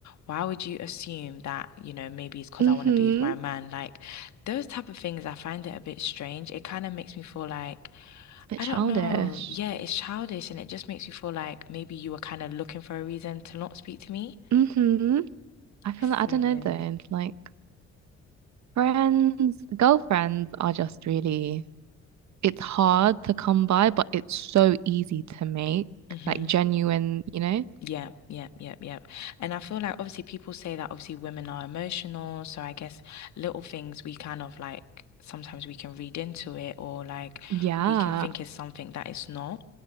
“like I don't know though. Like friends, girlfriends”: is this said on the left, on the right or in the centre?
Right